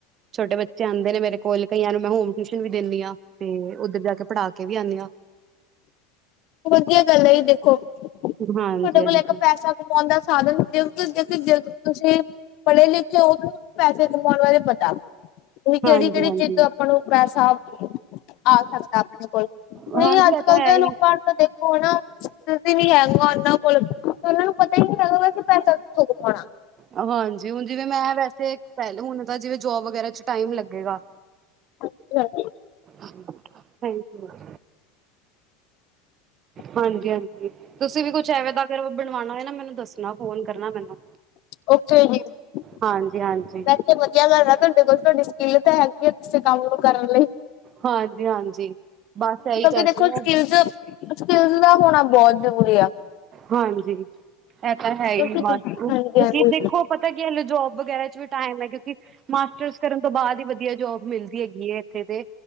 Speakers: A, on the right; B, on the left.
A: ਛੋਟੇ ਬੱਚੇ ਆਉਂਦੇ ਨੇ ਮੇਰੇ ਕੋਲ ਕਈਆਂ ਨੂੰ ਮੈਂ ਹੋਮ ਟਿਊਸ਼ਨ ਵੀ ਦਿੰਨੀ ਆ, ਤੇ ਉੱਧਰ ਜਾ ਕੇ ਪੜ੍ਹਾ ਕੇ ਵੀ ਆਉਂਦੀ ਹਾਂ
B: ਵਧੀਆ ਗੱਲ ਹੈ ਜ ਦੇਖੋ, ਤੁਹਾਡੇ
A: ਹਾਂਜੀ ਹਾਂਜੀ
B: ਕੋਲ ਇੱਕ ਪੈਸਾ ਕਮਾਉਣ ਦਾ ਸਾਧਨ, ਜਲਦ ਤੋਂ ਜਲਦੀ ਤੁਸੀਂ ਪੜ੍ਹੇ ਲਿਖੇ ਉਹ ਵੀ ਪੈਸੇ ਕਮਾਉਣ ਬਾਰੇ ਪਤਾ, ਵੀ -ਵੀ
A: ਹਾਂਜੀ
B: ਕਿਹੜੀ -ਕਿਹੜੀ
A: ਹਾਂਜੀ
B: ਚੀਜ਼ ਤੋਂ ਆਪਾਂ ਨੂੰ ਪੈਸਾ ਆ ਸਕਦਾ, ਆਪਣੇ ਕੋਲ ਨਹੀਂ
A: ਹਾਂਜੀ
B: ਅੱਜ
A: ਇਹ
B: -ਕੱਲ
A: ਤਾਂ ਹੈ
B: ਦੇ
A: ਹੀ
B: ਲੋਕਾਂ ਤਾਂ ਦੇਖੋ ਹਨ ਨਾ ਤੁਸੀਂ ਵੀ ਹੈਗਾ, ਉਹਨਾਂ ਕੋਲ ਤੇ ਉਹਨਾਂ ਨੂੰ ਪਤਾ ਹੀ ਨਈ ਹੈਗਾ ਪੈਸਾ ਕਿਥੋ ਕਮਾਉਣਾ
A: ਹਾਂਜੀ ਹੁਣ ਜਿਵੇਂ ਮੈਂ ਵੈਸੇ ਪਹਿਲੇ, ਹੁਣ ਤਾਂ ਜਿਵੇਂ ਜੋਬ ਵਗੈਰਾ ਚ ਟਾਈਮ ਲੱਗੇਗਾ
B: ਅੱਛਾ ਜੀ
A: ਸਹੀ ਕਿਆ
B: ਹ <unintelligible>
A: ਹਾਂਜੀ -ਹਾਂਜੀ। ਤੁਸੀਂ ਵੀ ਕੁਛ ਐਵੇ ਤਾਂ ਅਗਰ ਬਣਵਾਉਣਾ ਹੋਏ ਨਾ, ਮੈਨੂੰ ਦੱਸਣਾ ਫੋਨ ਕਰਨਾ ਮੈਨੂੰ
B: ਓਕੇ ਜੀ ਵੈਸੇ
A: ਹਾਂਜੀ ਹਾਂਜੀ
B: ਬਹੁ ਕਿਆ ਕਰਦਾ ਤੁਹਾਡੇ ਕੋਲ ਤੁਹਾਡੀ ਸਕਿੱਲ ਤਾਂ ਹੈਗੀ ਹੈ, ਕਿਸੇ ਕੰਮ ਨੂੰ ਕਰਨ ਲਈ
A: ਹਾਂਜੀ -ਹਾਂਜੀ ਬਸ ਇਹੀ
B: ਕਿਉਂਕਿ
A: ਕਰਦੇ
B: ਦੇਖੋ ਸਕਿੱਲਜ਼
A: ਆ
B: -ਸਕਿਲਜ ਦਾ ਹੋਣਾ ਬਹੁਤ ਜ਼ਰੂਰੀ ਆ
A: ਹਾਂਜੀ ਇਹ ਤਾਂ ਹੈ, ਹੀ
B: ਕਿਉਂਕਿ
A: ਬਸ ਕਿਉਂਕਿ
B: ਹਾਂਜੀ ਹਾਂਜੀ
A: ਦੇਖੋ ਪਤਾ ਕੀ ਹਲੇ ਜੋਬ ਵਗੈਰਾ ਚ ਵੀ ਟਾਈਮ ਹੈ, ਕਿਉਂਕਿ ਮਾਸਟਰਸ ਕਰਨ ਤੋਂ ਬਾਅਦ ਹੀ ਵਧੀਆ ਜੋਬ ਮਿਲਦੀ ਹੈਗੀ ਹੈ ਇੱਥੇ ਤੇ